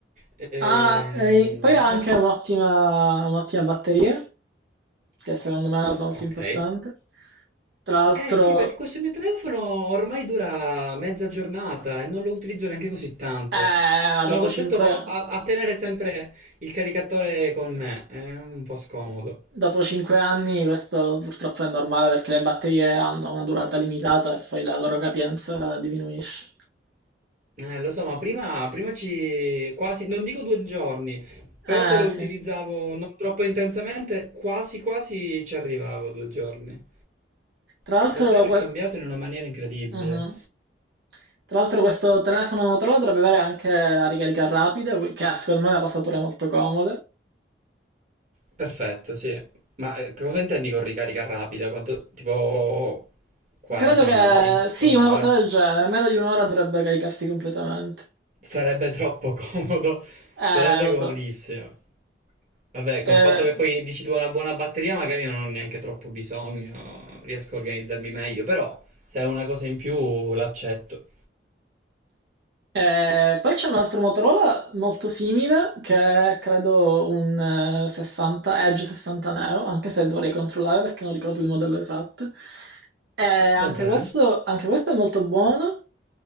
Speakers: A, on the right; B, on the right.
A: Ehm,
B: Ah, e poi ha
A: se-
B: anche un'ottima, un'ottima batteria che secondo me è una cosa molto
A: Ok.
B: importante. Tra l'altro,
A: Eh sì, perché questo mio telefono ormai dura mezza giornata e non lo utilizzo neanche così tanto.
B: eh, ma
A: Sono
B: dopo
A: costretto
B: 5,
A: a, a tenere sempre il caricatore con me, è un po' scomodo.
B: dopo cinque anni questo purtroppo è normale perché le batterie hanno una durata limitata e poi la loro capienza diminuisce.
A: Eh, lo so, ma prima, prima ci... quasi, non dico due giorni, però
B: Eh,
A: se lo
B: sì.
A: utilizzavo non troppo intensamente, quasi quasi ci arrivavo due giorni.
B: Tra l'altro,
A: Davvero è
B: que-
A: cambiato in una maniera incredibile.
B: Mhm. Tra l'altro questo telefono Motorola dovrebbe avere anche la ricarica rapida, qui- che è secondo me è una cosa pure molto comoda.
A: Perfetto, sì. Ma eh, cosa intendi con ricarica rapida? Quanto, tipo 40
B: Credo che
A: minuti,
B: sì,
A: un'ora?
B: una cosa del genere, meno di un'ora dovrebbe caricarsi completamente.
A: Sarebbe troppo <laughs> comodo,
B: Eh,
A: sarebbe
B: lo
A: comodissimo.
B: so.
A: Vabbè, col
B: Eh,
A: fatto che poi dici tu una buona batteria, magari non ho neanche troppo bisogno, riesco a organizzarmi meglio, però se è una cosa in più l'accetto.
B: eh, poi c'è un altro Motorola molto simile che è credo un eh, 60, Edge 60 Neo, anche se dovrei controllare perché non ricordo il modello esatto. Eh, anche
A: Va bene.
B: questo, anche questo è molto buono,